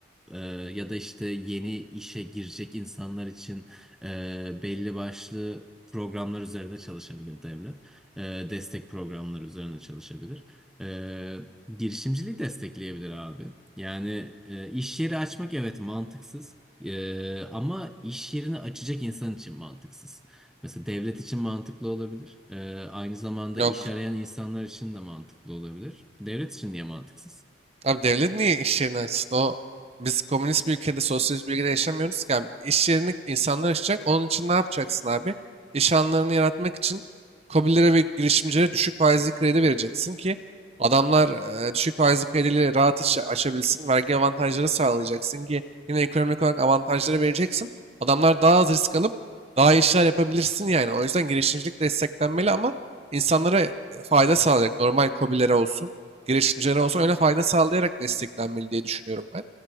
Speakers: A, in the centre; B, on the right.
A: e, ya da işte yeni işe girecek insanlar için e, belli başlı programlar üzerine çalışabilir devlet. E, destek programları üzerine çalışabilir. E, girişimciliği destekleyebilir abi. Yani e, iş yeri açmak evet mantıksız. E, ama iş yerini açacak insan için mantıksız. Mesela devlet için mantıklı olabilir. Ee, aynı zamanda
B: Yok.
A: iş arayan insanlar için de mantıklı olabilir. Devlet için niye mantıksız?
B: Abi devlet niye iş yerini açsın? O biz komünist bir ülkede, sosyalist bir ülkede yaşamıyoruz ki abi. İş yerini insanlar açacak. Onun için ne yapacaksın abi? İş alanlarını yaratmak için KOBİ'lere ve girişimcilere düşük faizli kredi vereceksin ki adamlar e, düşük faizli krediyle rahat iş açabilsin. Vergi avantajları sağlayacaksın ki yine ekonomik olarak avantajları vereceksin. Adamlar daha az risk alıp daha iyi işler yapabilirsin yani. O yüzden girişimcilik desteklenmeli ama insanlara fayda sağlayacak. Normal KOBİ'lere olsun. girişimcilere olsun öyle fayda sağlayarak desteklenmeli diye düşünüyorum ben.